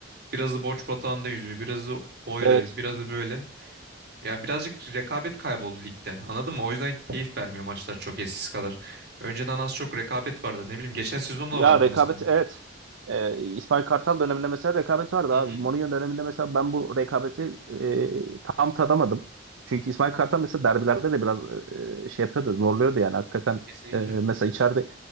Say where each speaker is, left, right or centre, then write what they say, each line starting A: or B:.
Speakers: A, on the right; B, on the right.
A: Birazı borç batağında yüzüyor, birazı öyle,
B: Evet.
A: birazı böyle. Ya birazcık rekabet kayboldu ligde. Anladın mı? O yüzden keyif vermiyor maçlar çok eskisi kadar. Önceden az çok rekabet vardı. Ne bileyim geçen sezon da
B: Ya
A: vardı
B: rekabet
A: mesela.
B: evet. Ee, İsmail Kartal döneminde mesela rekabet vardı
A: Hı
B: abi.
A: hı.
B: Mourinho döneminde mesela ben bu rekabeti e, tam tadamadım. Çünkü İsmail Kartal mesela derbilerde de biraz e, şey yapıyordu, zorluyordu yani hakikaten.
A: Kesinlikle.
B: E, mesela içeride